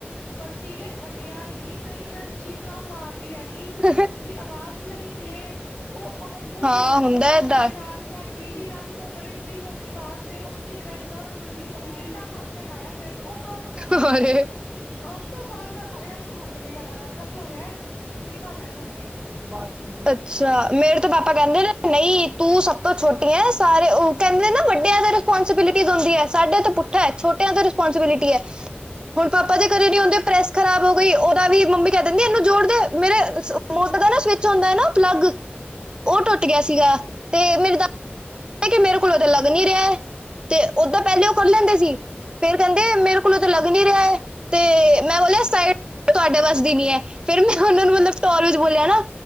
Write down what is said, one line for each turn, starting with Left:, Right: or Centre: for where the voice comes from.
Left: ਬੱਤੀ ਨੇ ਛੱਡਿਆ ਹੀ ਨਹੀਂ ਮੈਂ ਚੀਕਾਂ ਮਾਰਦੀ ਰਹਿ ਗਈ।
Right: ਹ।
Left: ਆਵਾਜ਼ ਵੀ ਨਾ ਨਿਕਲੇ ਉਹ ਉੱਗੋ
Right: ਹਾਂ
Left: ਨਾਲ
Right: ਹੁੰਦਾ
Left: ਲੋਹਿਆ
Right: ਏਦਾਂ
Left: ਪਿਆ ਨਾਲ। ਮੈਂ ਗਿੱਲੀ ਨਾਲ ਮੋਟਰ ਦੀ ਮੋਟੀ ਤਾਰ ਮ ਉੱਥੇ ਕਰੰਟ ਨਾਲ ਮੈਨੂੰ ਮੰਮੀ ਡਿੰਡਾ ਮਰ ਕੇ ਹਟਾਇਆ ਮੇਰੇ ਤੋਂ। ਉਸ ਤੋਂ ਬਾਅਦ ਮੈਂ ਕੰਨ
Right: ਅਰੇ
Left: ਫੜ ਲਏ ਉਸ ਤੋਂ ਬਾਅਦ ਮੈਂ ਬਾਹਿਆਂ ਨੂੰ ਹੱਥ ਨੀ ਲਗਾਣਾ ਕਸਮ ਏ। ਕਿੱਦਾਂ ਬੈ ਜਾਂਗੀ।
Right: ਬਹੁਤ। ਅੱਛਾ ਮੇਰੇ ਤੇ ਪਾਪਾ ਕਹਿੰਦੇ ਰਹੇ ਨਹੀਂ ਤੂੰ ਸਭ ਤੋਂ ਛੋਟੀ ਹੈ ਸਾਰੇ ਉਹ ਕਹਿੰਦੇ ਨਾ ਵੱਡਿਆਂ ਤੇ। ਰਿਸਪੋਂਸੀਬਿਲਿਟੀ ਹੁੰਦੀ ਹੈ ਸਾਡੇ ਤੋਂ ਪੁੱਠਾ ਛੋਟਿਆਂ ਤੇ ਰਿਸਪੋਂਸੀਬਿਲਿਟੀ ਹੁੰਦੀ ਹੈ। ਹੁਣ ਪਾਪਾ ਦੇ ਕਦੇ ਨੀ ਹਦੇ ਪ੍ਰੈਸ ਖਰਾਬ ਹੋ ਗਈ ਉਹਦਾ ਵੀ ਮੰਮੀ ਕਹਿ ਦਿੰਦੀ ਇਹਨੂੰ ਜੋੜਦੇ ਮੇਰੇ। ਪਤਾ ਨਾ ਸਵਿਚ ਹੁੰਦਾ ਹੈ ਨਾ ਪਲੱਗ ਉਹ ਟੁੱਟ ਗਿਆ ਸੀਗਾ, ਤੇ ਮੇਰੇ ਦਾ। ਕਿ ਮੇਰੇ ਕੋਲੋਂ ਤੇ ਲੱਗ ਨਹੀਂ ਰਿਹਾ ਹੈ ਤੇ
Left: ਹਾਂ
Right: ਓਦਾਂ ਪਹਿਲੇ ਉਹ ਕਰ ਲੈਂਦੇ ਸੀ। ਫੇਰ ਕਹਿੰਦੇ ਮੇਰੇ ਕੋਲੋਂ ਤਾਂ ਲੱਗ ਨਹੀ ਰਿਹਾ ਹੈ ਤੇ ਮੈਂ ਬੋਲਿਆ ਸਾਈਡ। ਤੁਹਾਡੇ ਬਸ ਦੀ ਨਹੀਂ ਹੈ ਫੇਰ ਮੈਂ ਉਹਨਾਂ ਨੂੰ ਮਤਲਬ ਟੋਰ ਵਿੱਚ ਬੋਲਿਆ ਨਾ।